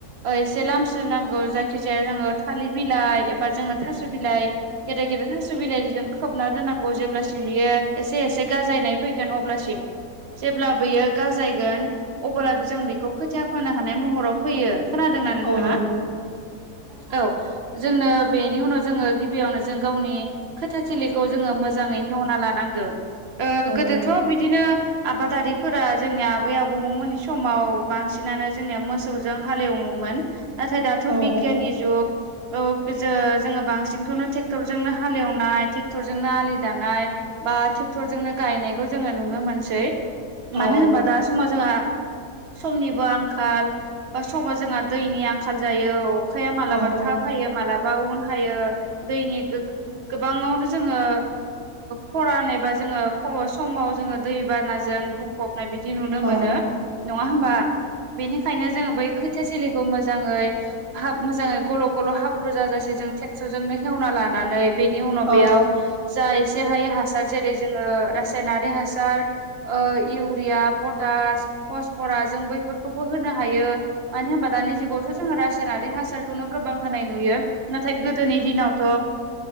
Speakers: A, on the right; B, on the right.
A: एसे लामसु नांगौ जायखि जाया जोङो थालिर बिलाइ एबा जोङो थास' बिलाइ गेदेर गेदेर थास' बिलाइजों खोबना दोननांगौ जेब्लासिम बियो एसे एसे गाजायनाय फैगोन अब्लासिम जेब्ला बियो गाजायगोन अब्लाबो जों बेखौ खोथिया फो हानाय महराव फैयो। खोनादोंना नोंथाङा
B: औ नों
A: औ। जोंनो बेनि उनाव जोङो गिबियावनो जों गावनि खोथाथिलिखौ जोङो मोजाङै हेवना लानांगौ
B: औ
A: गोदोथ' बिदिनो आबादारिफोरा जोंनि आबै आबौमोननि समाव बांसिनानो जोंनिया मोसौजों हालेवोमोन नाथाय दाथ'
B: औ
A: बिगियाननि जुग औ ज जोङो बांसिनखौनो ट्रेक्टरजोंनो हालेवनाय ट्रेक्टरजोंनो आलि दानाय बा ट्रेक्टरजोंनो गायनायखौ जोङो नुनो मोनसै
B: औ
A: मानो होनबा दा समाव जोंहा समनिबो आंखाल समाव जोंहा दैनि आंखाल जायो। अखाया माबलाबा
B: औ
A: था फ हायो मालाबा उन हायो दैनि गो गोबाङावनो जोङो खरान एबा जोङो समाव जोङो दै बानाजों बुंफबनाय बिदि नुनो
B: औ
A: मोनो नङा होमबा बेनिखायनो जोङो बै खोथा सोलिखौ मोजाङै हाब मोजाङै गल' गल' हाब्रुजाजासै जों टेक्स' जनो खेवना लानानै बेनि उनाव
B: औ
A: बेयाव जा एसे हायो हासार जेरै जोङो रासायनारि हासार इउरिया पटास फसफरास जों बैफोरखौबो होनो हायो। मानो होनबा दानि जुगावथ' जोङो रासायनारि हासारखौनो गोबां होनाय नुयो। नाथाय गोदोनि दिनावथ'